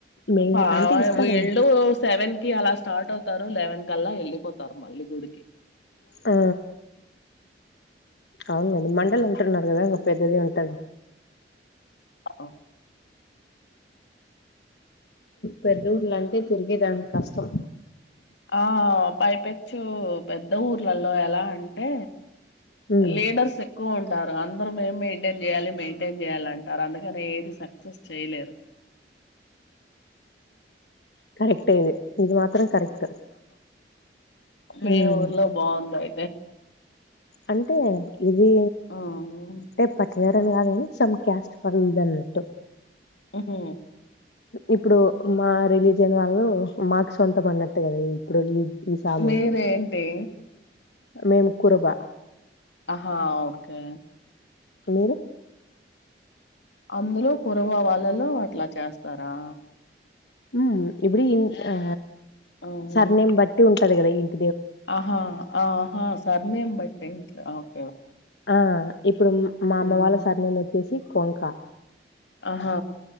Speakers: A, on the left (about 70°); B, on the left (about 80°).
A: మేం
B: ప
A: అంటే ఇస్తారని
B: వీళ్ళు సెవెన్ కి అలా స్టార్ట్ అవుతారు లెవెన్ కల్లా వెళ్ళలిపోతారు మళ్ళ గుడి
A: ఆ అవునండి మండల్ అంటున్నారు కదా ఇంగ పెద్దదే ఉంటది
B: అ
A: పెద్ద ఊర్ల అంటే తిరిగేదానికి కష్టం
B: ఆ పైపెచ్చు పెద్ద ఊర్లలో ఎలా అంటే
A: ఉమ్
B: లిడర్స్ ఎ ఎక్కువ ఉంటారు అందరం మేం మెయింటైన్ చేయాలి మెయింటైన్ చేయాలి అంటారు అందుకని ఏది సక్సెస్ చేయలేరు
A: కరెక్టే ఇది మాత్రం కరెక్ట్
B: మీ
A: ఉమ్
B: ఊర్లో బాగుంద <inaudible>
A: అంటే ఇది
B: ఉమ్.
A: టె పట్ వేరని కాదు గని సేమ్ క్యాస్ట్ పడు ద్దన్నట్టు
B: మ్ హు
A: ఇప్పుడు మా రిలీజియన్ వాళ్ళు మాకు సొంతం అన్నట్టు కదా ఇప్పుడు ఈ ఈ సామి
B: మీరేేంటి
A: మేము కురుమ
B: ఆహా ఓకే
A: మీరు
B: అందులో కురవ వాళ్ళలో అట్లా చేస్తారా
A: ఉ ఇప్పుడు ఇ ఆ
B: ఉహు
A: సర్ నేమ్ బట్టి ఉం టది గద ఈ
B: ఆహా ఆహా సర్ నేమ్ బట్ ట్ల ఓ
A: ఆ ఇప్పుడు మా అమ్మ
B: ఉమ్.
A: వాళ్ళ సర్ నేమ్ వచ్చేసి కొంకా
B: అహా